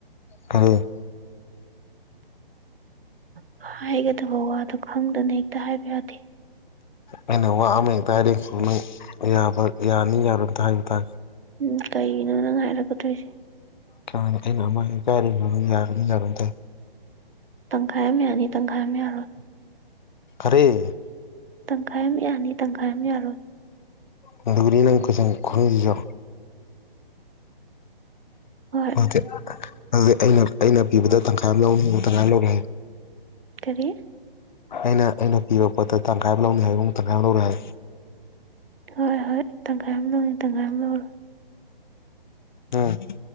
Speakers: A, on the left (about 50°); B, on the right (about 70°).
A: ꯑ
B: ꯍꯥꯏꯒꯗꯕ ꯋꯥꯗꯣ ꯈꯪꯗꯅ ꯍꯦꯛꯇ ꯍꯥꯏꯕ ꯌꯥꯗꯦ
A: ꯑꯩꯅ ꯋꯥ ꯑꯃ ꯍꯦꯛꯇ ꯍꯥꯏꯔꯁꯨ ꯅꯪ ꯌꯥꯕ ꯌꯥꯅꯤ ꯌꯥꯔꯣꯏꯅꯇ ꯍꯥꯏꯕ ꯇꯥꯒꯦ
B: ꯎꯝ ꯀꯩꯒꯤꯅꯣ ꯅꯪ ꯍꯥꯏꯔꯛꯀꯗꯣꯏꯁꯦ
A: ꯀꯅꯤ ꯑꯩꯅ ꯑꯃ ꯀꯥꯏꯔꯤꯝ ꯌꯥꯒꯅꯤ ꯌꯥꯔꯣꯏ ꯇꯥꯏ
B: ꯇꯪꯈꯥꯏ ꯑꯃ ꯌꯥꯅꯤ ꯇꯪꯈꯥꯏ ꯑꯃ ꯌꯥꯔꯣꯏ
A: ꯈꯔꯦ
B: ꯇꯪꯈꯥꯏ ꯑꯃ ꯌꯥꯅꯤ ꯇꯪꯈꯥꯏ ꯑꯃ ꯌꯥꯔꯣꯏ
A: ꯂꯒꯔꯤ ꯅꯝꯈꯁꯨ ꯈꯣꯡꯖꯖꯣ
B: ꯍꯣꯏ
A: ꯑꯣꯀꯦ ꯑꯗꯨꯗꯤ ꯑꯩꯅ ꯑꯩꯅ ꯄꯤꯕꯗ ꯇꯪꯈꯥꯏ ꯑꯃ ꯂꯧꯅꯤꯡꯣ ꯇꯪꯈꯥꯏ ꯂꯧꯔꯦ ꯍꯥꯏꯌꯦ
B: ꯀꯔꯤꯦ
A: ꯑꯩꯅ ꯑꯩꯅ ꯄꯤꯕ ꯄꯣꯠꯇ ꯇꯪꯈꯥꯏ ꯑꯃ ꯂꯧꯅꯤ ꯍꯥꯏ ꯇꯪꯈꯥꯏ ꯑꯃ ꯂꯧꯔꯦ ꯍꯥꯏ
B: ꯍꯣꯏ ꯍꯣꯏ ꯇꯪꯈꯥꯏ ꯑꯃ ꯂꯧꯅꯤ ꯇꯪꯈꯥꯏ ꯑꯃ ꯂꯧꯔꯣꯏ
A: ꯎꯝ